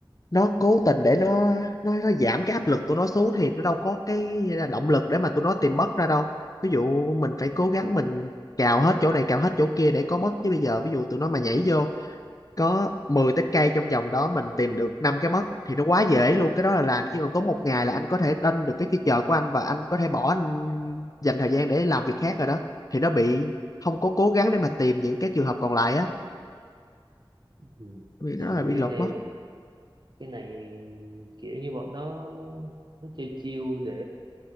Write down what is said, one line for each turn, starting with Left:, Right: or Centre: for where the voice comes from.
Left: nó cố tình để nó nó nó giảm cái áp lực tụi nó xuống thì nó đâu có cái động lực để mà tụi nó tìm bất ra đâu ví dụ mình phải cố gắng mình cào hết chỗ này cào hết chỗ kia để có bất chứ bây giờ ví dụ tụi nó mà nhảy vô có 10 tép cây trong vòng đó mình tìm được năm cái bất thì nó quá dễ luôn cái đó là làm chỉ còn tốn một ngày là anh có thể lên được cái feature của anh và anh có thể bỏ anh dành thời gian để làm việc khác rồi đó thì nó bị không có cố gắng để mà tìm những cái trường hợp còn lại á
Right: ừ.
Left: vì nó
Right: thì
Left: là bị
Right: cái
Left: lột
Right: này
Left: mất
Right: là- cái này kiểu như bọn nó nó chơi chiêu để